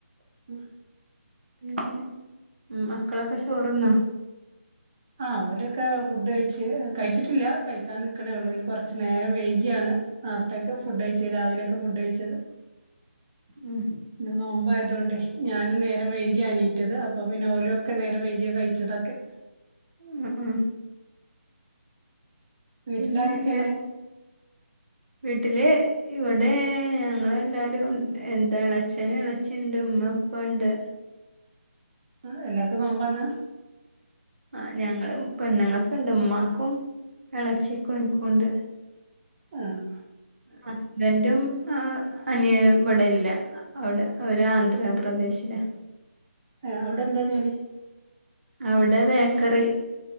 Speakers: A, on the right; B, on the right.
A: ഉം
B: ന്നെ ഉം മക്കളൊക്കെ ചോറ്ന്നോ
A: ആഹ് ഓരൊക്കെ ഫുഡ് കഴിച്ച് കഴിച്ചിട്ടില്ല കഴിക്കാൻ നിക്കണൊള്ളൂ ഓര് കൊറച്ചു നേരം വൈക്യാണ് നാർത്തേക്കെ ഫുഡ് കഴിച്ച രാവിലൊക്കെ ഫുഡ് കഴിച്ചത്
B: ഉം
A: ഇന്ന് നോമ്പായതോണ്ടേ ഞാനും നേരം വൈകിയാ ണീറ്റത് അപ്പൊ പിന്നെ ഓലൊക്കെ നേരം വൈകിയ കഴിച്ചതൊക്കെ
B: ഉം ഉം
A: വീട്ടിലാരൊക്കെള്ളേ
B: പിന്നെ വേറെ വീട്ടില് ഇവടെ ഞങ്ങള എല്ലാരും എന്താ എളച്ചനും എളച്ചി ണ്ട് ഉമ്മ ഇപ്പ ണ്ട്
A: ആ എല്ലാർക്കും നോമ്പന്നാ
B: ആഹ് ഞങ്ങള് പെണ്ണുങ്ങൾക്ക്ണ്ട് മ്മാക്കും ഇളച്ചിക്കും ഇക്കുംണ്ട്
A: ആഹ്
B: ഹസ്ബൻറും ആഹ് അനിയനും ഇവിടെല്ല അവിടെ ഒരു ആന്ധ്രാപ്രദേശില
A: ആഹ് അവിടെ എന്താ ജോലി
B: അവടെ ബേക്കറി